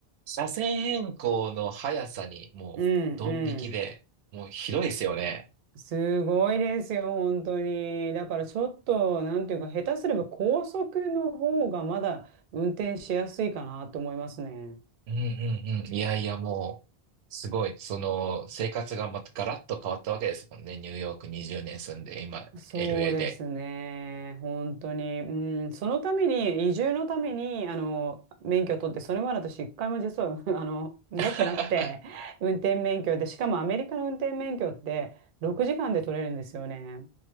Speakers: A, on the right (about 85°); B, on the right (about 60°).
A: 車線変更の速さにもうドン引きで、
B: うんうん。
A: もうひどいですよね。
B: すごいですよ、本当に。だからちょっと、なんていうか、下手すれば高速の方がまだ運転しやすいかなと思いますね。
A: うんうんうん。いやいやもう、すごい、その、生活がまたガラッと変わったわけですもんね。ニューヨーク20年住んで、今、
B: そうですね。
A: LA で。
B: 本当に。うん、そのために、移住のために、あの、免許を取って、それまで私、一回も実は、<laughs> あの、持ってなくて、
A: <laughs>
B: 運転免許で、しかもアメリカの運転免許って、6時間で取れるんですよね。